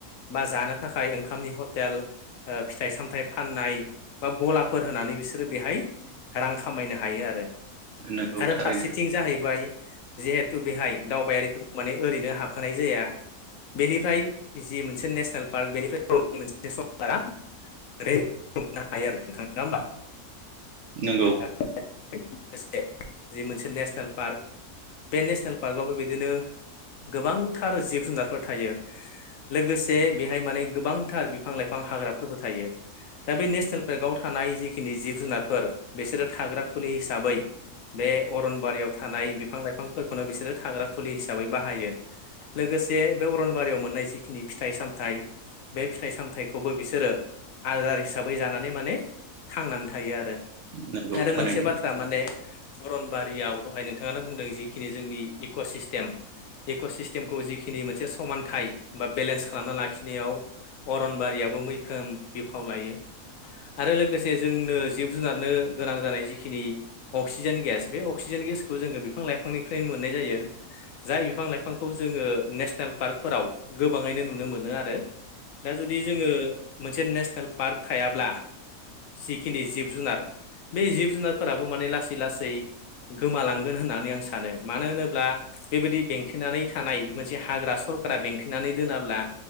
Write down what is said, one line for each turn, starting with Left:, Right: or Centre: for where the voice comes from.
Left: बा जानो थाखाय ओंखामनि हटेल ओ फिथाइ सामथाइ फाननाय बा गलाफोर होनानै बिसोर बिसोरो बेहाय रां खामायनो हायो आरो
Right: नंगौ
Left: आरो
Right: थारैनो
Left: फारसेथिं जाहैबाय जिहेथु बेहाय दावबायारिफोरखौ माने ओरैनो हाबखानाय जाया बेनिफ्राय जि मोनसे नेसनेल पार्क बेनिफ्राय मोनसे सरखारा ओरैनो हायो आरो नोंथां नड़ा होमबा
Right: नंगौ
Left: <unintelligible> लोगोसे जि मोनसे नेसनेल पार्क बे नेसनेल पार्कआवबो बिदिनो गोबांथार जिब जुनारफोर थायो लोगोसे बेहाय माने गोबांथार बिफां लाइफां हाग्राफोरबो थायो दा बे नेसनेल पार्कआव थानाय जिखिनि जिब जुनारफोर बिसोरो थाग्रा खुलि हिसाबै बे अरनबारियाव थानाय बिफां लाइफांफोरखौनो बिसोरो थाग्रा खुलि हिसाबै बाहायो लोगोसे बे अरनबारियाव मोननाय जिखिनि फिथाइ सामथाइ बे फिथाइ सामथायाइखौबो बिसोरो आरो आदार हिसाबै जानानै माने थांनानै थायो आरो
Right: नंगौ
Left: आरो
Right: थारैनो
Left: मोनसे बाथ फोरा माने अरनबारियाव दहाय नोंथाङानो बुंदों जिखिनि जोंनि इक' सिस्टेम इक' सिस्टेमखौ जिखिनि मोनसे समानथाइ बा बेलेन्स खालामना लाखिनायाव अरनबारियाबो मैखोम बिफाव लायो आरो लोगोसे जोंनो जिब जुनारनो गोनां जानाय जिखिनि अक्सिजेन गेस बे अक्सिजेन गेसखौ जोङो बिफां लाइफांनिफ्रायनो मोननाय जायो जाय बिफां लाइफांखौ खौ जोङो नेसनेल पार्कफोराव गोबाङैनो नुनो मोनो आरो दा जुदि जोङो मोनसे नेसनेल पार्क थायाब्ला जिखिनि जिब जुनार बे जिब जुनारफोराबो माने लासै लासै गोमालांगोन होननानै आं सानो मानो होनोब्ला बेबायदि बेंथेनानै थानाय मोनसे हाग्रा सरकारा बेंथेनानै दोनाब्ला